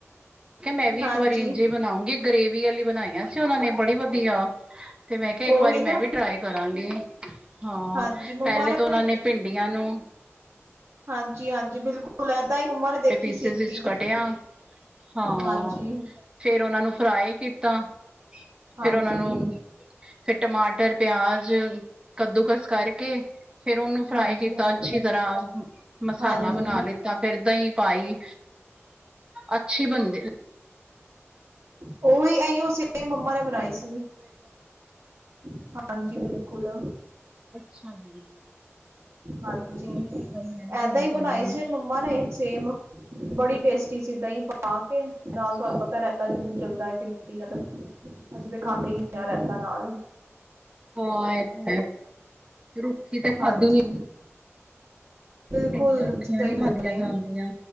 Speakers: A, on the right; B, on the right.
A: ਠੀਕ ਐ, ਮੈ ਵੀ
B: ਹਾਂਜੀ
A: ਇੱਕ ਵਾਰੀ ਇੰਝ ਹੀ ਬਨਾਉਂਗੀ ਗ੍ਰਰੇਵੀ ਵਾਲੀ ਬਨਾਈਆਂ ਸੀ ਓਨਾਂ ਨੇ ਬੜੀ ਵਧੀਆ ਤੇ ਮੈ ਕਿਹਾ ਇੱਕ
B: ਉਹੀ
A: ਵਾਰੀ
B: ਨਾ
A: ਮੈ ਵੀ ਟਰਾਈ ਕਰਾਗੀ। ਹਾਂ,
B: ਹਾਂਜੀ ਮੰਮਾ
A: ਪਹਿਲੇ ਤਾਂ ਉਹਨਾਂ
B: ਵੀ
A: ਨੇ ਭਿੰਡੀਆਂ ਨੂੰ
B: ਹਾਂਜੀ-ਹਾਂਜੀ ਬਿਲਕੁਲ, ਏਦਾਂ ਹੀ ਮੰਮਾ ਨੇ ਦੇਖੀ
A: ਪਿਸੀਜ਼
B: ਸੀ ਰੀਲ
A: 'ਚ ਕਟਿਆ, ਹਾਂ।
B: ਹਾਂਜੀ
A: ਫੇਰ ਓਨਾਂ ਨੂੰ ਫਰਾਈ ਕੀਤਾ, ਫੇਰ
B: ਹਾਂਜੀ
A: ਓਨਾਂ ਨੂੰ ਫੇਰ ਟਮਾਟਰ, ਪਿਆਜ ਕੱਦੂਕਸ ਕਰਕੇ ਫੇਰ ਉਹਨੂੰ ਫਰਾਈ
B: ਹਾਂਜੀ
A: ਕੀਤਾ
B: ਹਾਂਜੀ
A: ਅੱਛੀ ਤਰ੍ਹਾਂ, ਮਸਾਲਾ
B: ਹਾਂਜੀ
A: ਬਣਾ ਲਿੱਤਾ ਫੇਰ ਦਹੀਂ ਪਾਈ, ਅੱਛੀ ਬਣਦੇ,
B: ਉਹੀ ਅਹੀ ਉਸੇ ਮੰਮਾ ਨੇ ਬਣਾਈ ਸੀ। ਹਾਂਜੀ, ਬਿਲਕੁਲ।
A: ਅੱਛਾ ਜੀ।
B: ਹਾਂਜੀ,
A: ਕੋਈ ਨੀ ਮੈਂ ਵੀ ਟਰਾਈ
B: ਏਦਾਂ ਹੀ ਬਣਾਈ
A: ਕਰਾਂਗੀ
B: ਸੀ ਉਹ ਮੰਮਾ ਨੇ ਸੇਮ ਬੜੀ ਟੇਸਟੀ ਸੀ ਦਹੀਂ ਪਾ ਕੇ ਨਾਲ
A: ਅੱਛਾ
B: ਤੁਹਾਨੂੰ ਪਤਾ ਰਹਿ ਤਾ ਜ਼ਰੂਰ ਚੱਲਦਾ ਹੈ ਪਿੰਡੀ ਨਾਲ ਅਸੀਂ ਤਾਂ ਖਾਂਦੇ ਹੀ ਨੀ ਰਾਇਤਾ ਨਾਲ।
A: ਹਾਂ ਇਹ ਤਾਂ ਹੈ, ਰੁੱਖੀ ਤੇ ਖਾਦੀ
B: ਹਾਂਜੀ
A: ਨੀ,
B: ਬਿਲਕੁਲ
A: ਭਿੰਡੀਆਂ ਰੁੱਖੀਆਂ
B: ਸਹੀ
A: ਨੀ
B: ਗੱਲ
A: ਖਾਧੀਆਂ
B: ਹੈ।
A: ਜਾਂਦੀਆਂ